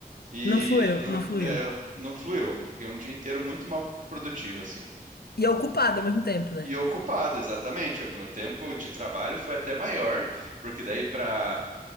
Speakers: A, on the right (about 55°); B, on the left (about 80°).
A: E
B: Não fluiu,
A: não,
B: não fluiu.
A: é, não fluiu. Fiquei um dia inteiro muito mal produtivo, assim.
B: E é ocupado ao mesmo tempo, né?
A: E ocupado, exatamente. O meu tempo de trabalho foi até maior, porque daí para